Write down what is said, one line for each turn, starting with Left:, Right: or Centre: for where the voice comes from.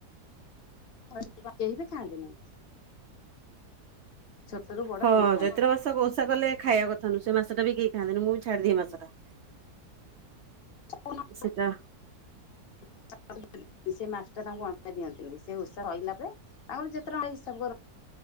Left: <inaudible> କେହି ବି ଖାଆନ୍ତିନି। ଛୋଟରୁ ବଡ
Right: ହଁ
Left: କେହି ଖାଆନ୍ତିନି।
Right: ଚୈତ୍ର ମାସ ବ-ଓଷା କଲେ ଖାଇଆ କଥା ନୁହୁଁ, ସେ ମାସ ଟା ବି କେହି ଖାଆନ୍ତିନି ମୁଁ ବି ଛାଡିଦିଏ ହେଇ ମାସଟା।
Left: <unintelligible>
Right: ସେଟା
Left: <inaudible> ସେ ମାସ୍ ଟା ତାଙ୍କୁ ଅ-ଦିଅନ୍ତିନି ସେ ଓଷା ସଇଲା ପରେ ତାଙ୍କର ଯେତେ ଟଙ୍କା ହିସାବ କର